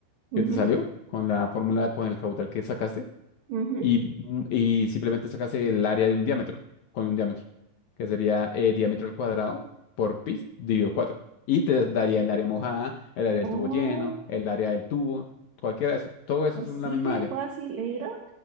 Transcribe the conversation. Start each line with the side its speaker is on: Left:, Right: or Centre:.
Right: Ujú,
Left: que te salió con la fórmula, con el caudal que sacaste,
Right: ujú.
Left: y, y simplemente sacas el área de un diámetro, con un diámetro, que sería eh, diámetro al cuadrado por pi dividido cuatro Y te daría el área mojada, el área del
Right: Oh,
Left: tubo lleno, el área del tubo, cualquiera de eso. Todo eso
Right: así
Left: es una misma
Right: de
Left: área.
Right: fácil era.